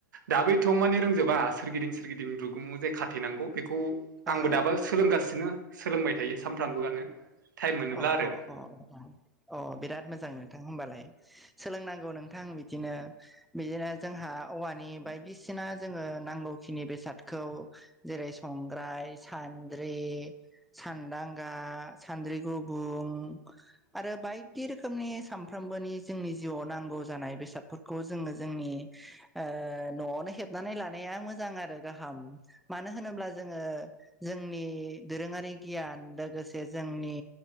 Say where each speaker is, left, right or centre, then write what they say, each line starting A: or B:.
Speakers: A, on the right; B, in the centre.
A: दाबो एथ' माने रोंजोबा सोरगिदिं सोरगिदिं रुगुं जे खाथेनांगौ बेखौ
B: औ
A: आंबो दाबो सोलोंगासिनो सोलोंबाय थायो सानफ्रामबोआनो टाइम मोनोब्ला
B: अ
A: आरो।
B: अ अ अ बिराद मोजां नोंथां होमबालाय सोलोंनांगौ नोंथां बिदिनो। बिदिनो जोंहा औवानि बायदिसिना जोङो नांगौखिनि बेसादखौ जेरै संग्राय सान्द्रि सानदांगा सान्द्रि गुबुं आरो बायदि रोखोमनि सानफ्रोमबोनि जोंनि जिउआव नांगौ जानाय बेसादफोर खौ जोङो जोंनि ओ न'आवनो हेबनानै लानाया मोजां आरो गाहाम। मानो होनोब्ला जोङो जोंनि दोरोङारि गियान लोगोसे जोंनि